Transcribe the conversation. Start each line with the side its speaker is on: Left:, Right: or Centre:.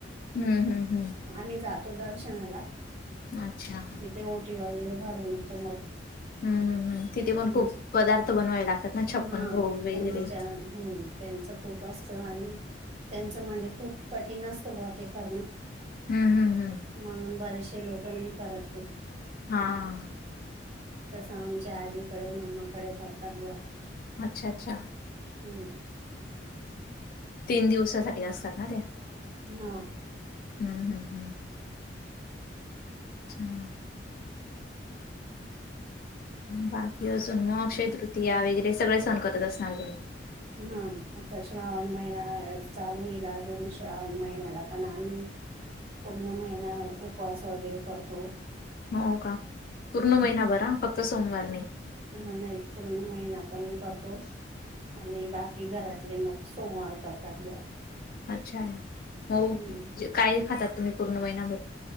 Left: हम्म हम्म हम्म
Right: आम्ही जातो दर्शनाला.
Left: अच्छा
Right: इथे ओटी वगैरे भरून येतं मग.
Left: हम्म हम्म हम्म तिथे
Right: त्यांची
Left: पण खूप पदार्थ बनवावे लागतात ना
Right: हा
Left: छप्पन भोग वगैरे
Right: त्यांच्या हम्म त्यांचं खूप असतं आणि त्यांचं म्हणजे खूप कठीण असतं ग ते करणं.
Left: हम्म हम्म हम्म
Right: म्हणून बारचश लोकांही चालत हो.
Left: हां.
Right: तसं आमच्या आजीकडे मामाकडे करतात बुवा.
Left: अच्छा! अच्छा!
Right: हम.
Left: तीन दिवसासाठी असतात ना त्या.
Right: हा.
Left: हम् हम् हम्. अच्छा! बाकी अजून मग अक्षय तृतीया वगैरे सगळे सण करत असनार तुम्ही.
Right: हा आता श्रावण महिना चालू येईल अजून श्रावण महिन्याला पण आम्ही. पूर्ण महिना उपवास वगैरे करतो.
Left: हो का पूर्ण महिना भरा फक्त सोमवार नाही.
Right: ह नाही पूर्ण महिना पण मी करतो. आणि बाकी घरातले मग सोमवार करतात.
Left: अच्छा मग
Right: हम्म
Left: काय खातात तुम्ही महिनाभर.